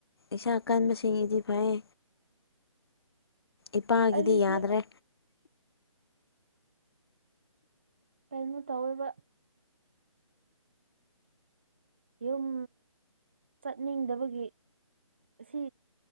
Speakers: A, on the left (about 45°); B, on the right (about 20°).
A: ꯏꯁꯥ ꯀꯟꯕꯁꯤꯡꯗꯤ ꯐꯩ
B: <inaudible>
A: ꯏꯄꯥꯒꯤꯗꯤ
B: ꯑꯩꯁꯦ
A: ꯌꯥꯗ꯭ꯔꯦ
B: ꯀꯩꯅꯣ ꯇꯧꯋꯦꯕ ꯌꯨꯝ ꯆꯠꯅꯤꯡꯗꯕꯒꯤ ꯑꯁꯤ